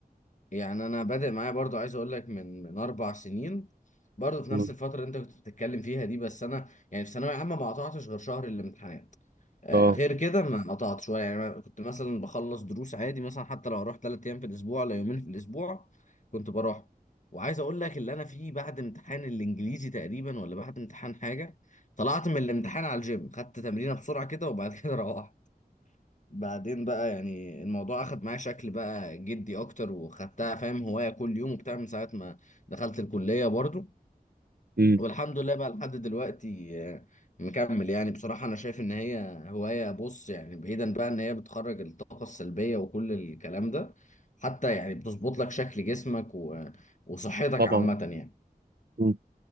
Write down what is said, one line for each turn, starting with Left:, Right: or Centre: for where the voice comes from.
Left: يعني انا بادئ معايا برضو عايز اقول لك من من اربع سنين برضو في
Right: مم.
Left: نفس الفتره اللي انت كنت بتتكلم فيها دي بس انا يعني في ثانويه عامه ما قطعتش غير شهر الامتحانات آه،
Right: اه
Left: غير كده ما قطعت شويه يعني أنا كنت مثلا بخلص دروس عادي مثلا حتى لو اروح ثلاث ايام في الاسبوع ولا يومين في الاسبوع كنت بروح وعايز اقول لك اللي انا فيه بعد امتحان الانجليزي تقريبا ولا بعد امتحان حاجه طلعت من الامتحان على الجيم خدت تمرينه بسرعه كده وبعد كده <laughs> روحت بعدين بقى يعني الموضوع اخد معايا شكل بقى جدي اكتر وخدتها فاهم هواية كل يوم وبتاع من ساعة ما دخلت الكلية برضو
Right: مم.
Left: والحمد لله بقى لحد دلوقتي آه، مكمل يعني بصراحة انا شايف ان هي هواية بص يعني بعيدا بقى ان هي بتخرج الطاقة السلبية وكل الكلام ده حتى يعني بتظبط لك شكل جسمك و- وصحتك
Right: طبعا
Left: عامة يعني
Right: مم.